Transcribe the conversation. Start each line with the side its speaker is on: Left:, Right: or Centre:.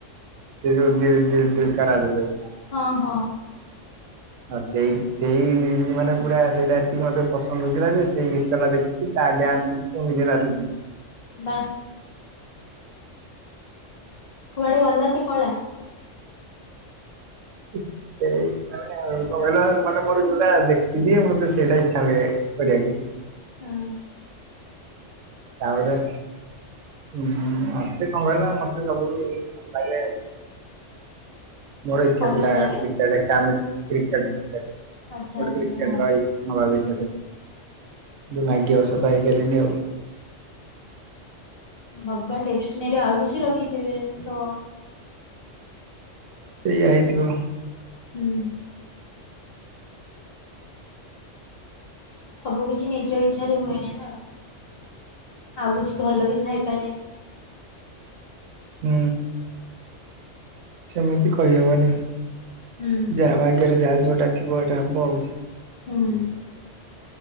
Right: ସେ ଦିଲ୍, ଦିଲ୍, ଦିଲ୍ କା ରାଜା ଯଉ
Left: ହଁ, ହଁ।
Right: ଆ ସେଇ ସେଇ ମାନେ ପୁରା ସେଇଟା ଏତିକି ମତେ ପସନ୍ଦ ହଉଥିଲା, ଯେ ସେଇ ଗୀତ ଟା ଦେଖି ତା ଡାନ୍ସ ଶିଖୁ ନିଜେ ନାଚୁ ଥିଲି।
Left: ବା କୁଆଡେ ଗଲା ସେ କଳା?
Right: ସେଇ ମାନେ କଣ କହିଲ? ମାନେ ମୋର ଯୋଉଟା ଦେଖିଦିଏ ମୋତେ ସେଇଟା ଇଚ୍ଛା ହୁଏ କରିବାକୁ।
Left: ହଁ।
Right: ତାପରେ ଉଁ, ମୋତେ କଣ କହିଲ ମୋତେ ସବୁଠୁ ଭଲ ଲାଗେ ଏ ମୋର ଇଚ୍ଛା
Left: କଣ
Right: ଥିଲା
Left: ଭଲ ଲାଗେ
Right: କ୍ରିକେଟ୍ କାମ କ୍ରିକେଟ୍ ଟେ
Left: ଆଚ୍ଛା
Right: ଗୋଟେ
Left: ଆଚ୍ଛା
Right: କ୍ରିକେଟର୍
Left: ହଁ।
Right: ହେଇ ନବାକୁ ଇ <unintelligible> କିନ୍ତୁ ଭାଗ୍ୟବଷତ ହେଇପାଇଲିନି ଆଉ।
Left: ଭଗବାନ ଡେଷ୍ଟିନୀ ରେ ଆଉ କିଛି ରଖିଥିବେ ସୋ।
Right: ସେଇଆ ହେଇଥିବ।
Left: ହୁଁ। ସବୁ କିଛି ନିଜ ଇଚ୍ଛାରେ ହୁଏନି ନା। ଆଉ କିଛି ଭଲ ବି ଥାଇପାରେ।
Right: ହୁଁ। ସେମିତି କହିହବନି।
Left: ହୁଁ
Right: ଯାହା ଭାଗ୍ୟରେ ଯାହା ଯୋଉଟା ଥିବ ସେଟା ହବ ଆଉ।
Left: ହଁ।